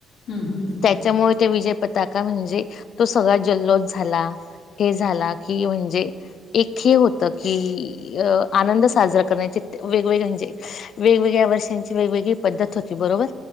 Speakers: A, on the left; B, on the left.
A: हम्म, हम्म, हम्म.
B: त्याच्यामुळ ते विजय पताका म्हणजे, तो सगळा जल्लोद झाला. ते झाला की म्हणजे एक हे होत की, अ आनंद साजरा करण्याचे वेगवेगळे म्हणजे वेगवेगळ्या वर्षांची, वेगवेगळी पद्धत होती बरोबर.